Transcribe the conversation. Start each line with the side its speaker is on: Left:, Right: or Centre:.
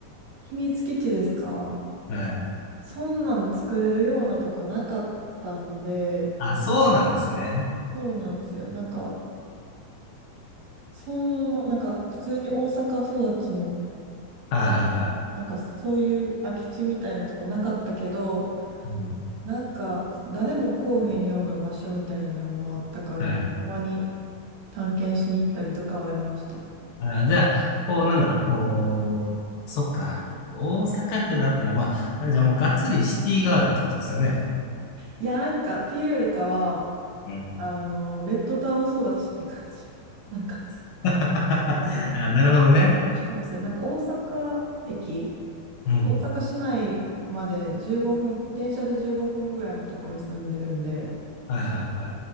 Right: 秘密基地ですか
Left: はい。
Right: そんなん作れるようなとこなかったんで、
Left: あ、そうなんですね。
Right: そうなんですよ。なんか、そんな、なんか普通に大阪育ちの、
Left: はいはいは
Right: なんかそういう空き地みたいなとこなかったけど、
Left: い。うん
Right: なんか誰も来おへんような場所みたいなのはあったから、
Left: はいはい。
Right: なんかたまに探検しに行ったりとかはありました。
Left: あー、じゃあ、こう、なんだろう、こう、そっか。大阪府だったら、まあ、じゃあもうがっつりシティガールってことですよね。
Right: いや、なんかっていうよりかは、
Left: うん。
Right: あの、ベッドタウン育ちって感じ。なんか、
Left: <laughs> あ、
Right: あの
Left: なるほどね。
Right: そうなんですよ。なんか大阪駅
Left: うん。
Right: 大阪市内まで15分、電車で15分ぐらいのとこに住んでるんで、
Left: はいはいは